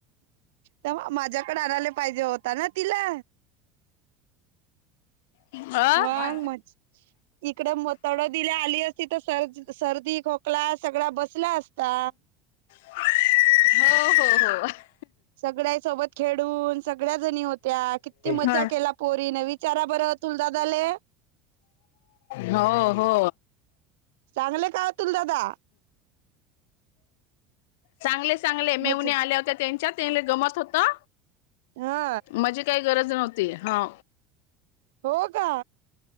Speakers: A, on the right; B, on the left.
A: तवा माझ्याकडे आणायला पाहिजे होता ना तिला
B: अ
A: वांग मज इकड म तळदीला आली असती तर सर् सर्दी खोकला सगळा बसला असता
B: हो हो हो
A: सगळ्या सोबत खेडून सगळ्या जणी होत्या किती मजा
B: ह
A: केला पोरीन विचारा बरं तुल दादाले
B: हो हो
A: चांगले काय तुल दादा
B: चांगले चांगले मेवणी
A: मजा
B: आल्या होत्या त्यांच्यात तेले गमत होता
A: हा
B: माझी काही गरज नव्हती हा
A: हो का